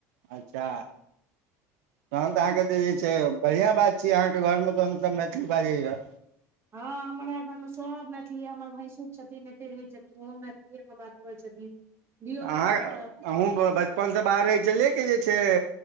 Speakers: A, on the right; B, on the right.
A: अच्छा तहन तऽ अहाँके तऽ जे छै बढ़ियाँ बात छी अहाँ के घर मे तहन सब मैथिली बाजैये
B: हँ हमरा घरमे सब मैथिली हमर भैंसुर छथिन एतै रहै छथिन ओहो मैथिलीएमे बात करै छथिन धियो
A: तऽ
B: पुता
A: अहाँ
B: सब
A: अहूँ बचपनसँ बाहर रहै छलियै कि जे छै